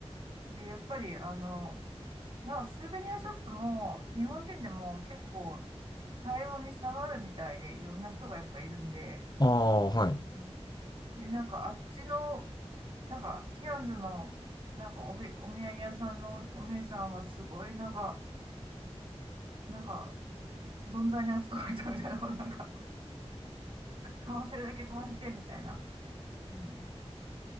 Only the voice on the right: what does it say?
で、やっぱり、あの、なんかスーベニアショップも、日本人でも結構、対応に差があるみたいで、いろんな人がやっぱいるんで、
うんで、なんかあっちのなんか、キアンズの、なんかおべ、お土産屋さんのお姉さんはすごい、なんか、なんか、存在に扱われたみたいな、<laughs> なんか、買わせるだけ買わせて、みたいな、うん、